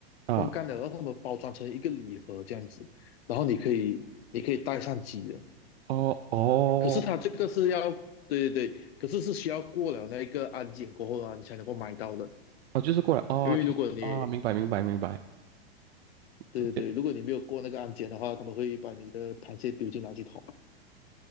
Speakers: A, on the right (about 80°); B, on the left (about 75°).
A: 啊。
B: 烘干了，然后他们包装成一个礼盒这样子，然后你可以，你可以带上机的。
A: 哦哦
B: 可是它这个是要，对对对，可是是需要过了那一个安检过后啊，你才能够买到的。
A: 哦，就是过来哦，
B: 因为如果你
A: 就是啊，明白明白明白。
B: 对对对，
A: 而且
B: 如果你没有过那个安检的话，他们会把你的螃蟹丢进垃圾桶。